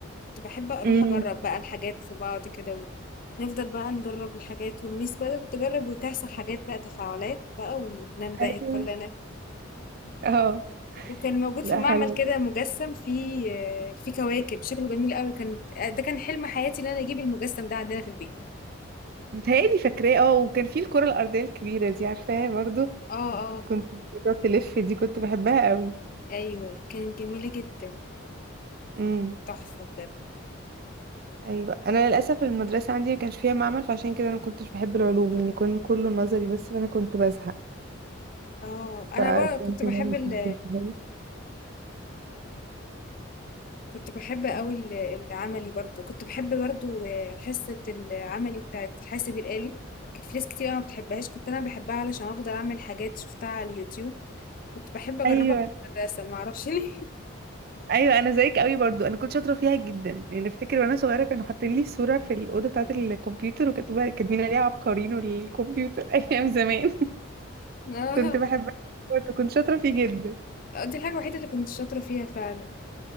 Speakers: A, on the left; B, on the right.
A: كنت باحب أروح
B: امم
A: أجرّب بقى الحاجات في بعض كده، ونفضل بقى نجرّب الحاجات والميس بقى تجرّب وتحصل حاجات بقى تفاعلات بقى وننبهر
B: ايوه
A: كلنا،
B: اه
A: وكان موجود في
B: لا
A: المعمل
B: حلوه
A: كده مجسّم فيه آه، فيه كواكب شكله جميل أوي، كان ده كان حلم حياتي إن أنا أجيب المجسّم ده عندنا في البيت.
B: متهيألي فاكراه اه وكان في الكرة الأرضية الكبيرة دي عارفاها برضو
A: آه، آه.
B: كنت بتقعد تلف دي كنت بحبها قوي
A: ايوه كانت جميله جدا
B: امم
A: كانت تحفه بجد
B: ايوه انا للاسف المدرسه عندي ما كانش فيها معمل فعشان كده انا ما كنتش بحب العلوم يعني كان كله نظري بس فانا كنت بزهق
A: اه انا
B: فعشان
A: برضه كنت
B: كده
A: بحب
B: ما
A: ال
B: كنتش بحبها
A: كنت بحب قوي ال- العملي برضه كنت بحب برضه آه، حصه العملي بتاعت الحاسب الالي كانت في ناس كتير قوي ما بتحبهاش كنت انا بحبها علشان افضل اعمل حاجات شفتها على اليوتيوب كنت بحب اجربها
B: ايوه
A: في المدرسه ما اعرفش ليه
B: ايوه انا زيك قوي برضو انا كنت شاطره فيها جدا يعني افتكر وانا صغيره كانوا حاطين لي صوره في الاوضه بتاعه الكمبيوتر وكاتبه كاتبين عليها عبقرين والكمبيوتر <laughs> ايام زمان
A: <laughs>
B: كنت بحبها برضو كنت شاطره فيه جدا
A: اه دي الحاجه الوحيده اللي كنت شاطره فيها فعلا